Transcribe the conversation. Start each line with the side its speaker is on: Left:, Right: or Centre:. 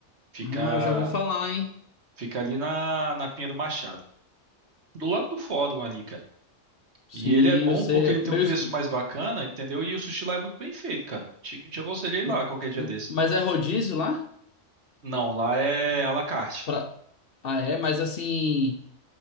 Right: Fica...
Left: Ah, eu já ouvi falar, hein?
Right: Fica ali na, na Pinha do Machado. Do lado do fórum ali, cara.
Left: Sim,
Right: E ele é bom
Left: eu sei.
Right: porque ele tem
Left: Meu...
Right: um preço
Left: es-
Right: mais bacana, entendeu? E o sushi lá é muito bem feito, cara. Te, te aconselhei lá
Left: m-
Right: qualquer dia
Left: m-
Right: desse.
Left: Mas é rodízio lá?
Right: Não, lá é à la carte.
Left: Pra... Ah, é? Mas assim.